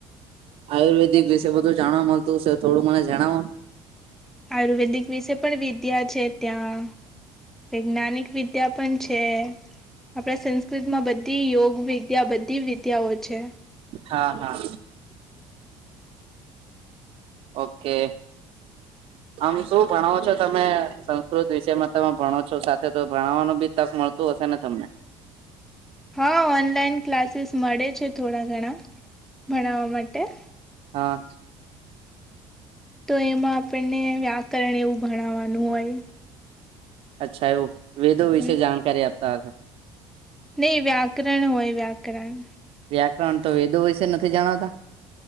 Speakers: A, on the right (about 55°); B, in the centre.
A: આયુર્વેદિક વિશે બધું જાણવા મળતું હ છે થોડું મને જણાવો
B: આયુર્વેદિક વિશે પણ વિદ્યા છે ત્યાં વૈજ્ઞાનિક વિદ્યા પણ છે આપણા સંસ્કૃત માં બધી યોગ વિદ્યા બધી વિદ્યાઓ છે
A: હા હા ઓકે
B: <inaudible>
A: આમ શું ભણાવો છો તમે સંસ્કૃત વિષ માં તમે ભણો છો સાથે તો ભણાવવા બી તક મળ તુ ઓસા ના તમને
B: હા ઓનલાઈન ક્લાસીસ મળે છે થોડા ઘણા ભણવા માટે
A: હા
B: તો એમાં આપણને વ્યાકરણ એવું ભણાવવાનું હોય
A: અચ્છા એવું વેદો વિશે
B: હમ
A: જાણકારી આપતા હશે
B: નહી વ્યાકરણ હોય વ્યાકરણ
A: વ્યાકરણ તો વેદો વિશે નથી જણાતા